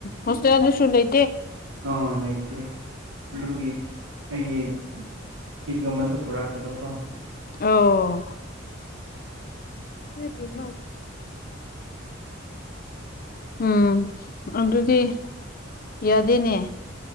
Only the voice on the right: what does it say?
ꯑ ꯂꯩꯇꯦ ꯑꯗꯨꯒꯤ ꯑꯩꯒꯤ ꯀꯩꯒꯨꯝꯕꯁꯨ ꯄꯨꯔꯛꯇꯕ ꯀꯣ